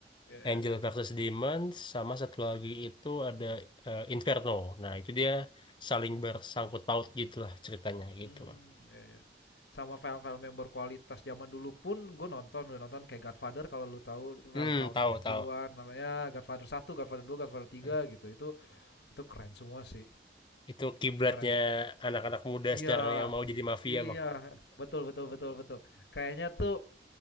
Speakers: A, on the left; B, on the left.
A: Ya
B: Angel
A: ya ya.
B: versus Demon. Sama satu lagi itu ada eh, Inferno. Nah itu dia saling bersangkut paut gitu lah ceritanya gitu.
A: Hmm, ya ya. Sama film-film yang berkualitas zaman dulu pun gue nonton, udah nonton kayak Godfather kalau lu tahu itu film
B: Hmm,
A: tahun
B: tahu
A: 70-an
B: tahu.
A: namanya Godfather satu Godfather dua Godfather tiga
B: Hmm.
A: gitu. Itu itu keren semua sih.
B: Itu kiblatnya
A: Keren semua.
B: anak-anak muda
A: Iya.
B: sekarang yang mau jadi mafia
A: Iya,
B: Bang.
A: betul betul betul betul. Kayaknya tuh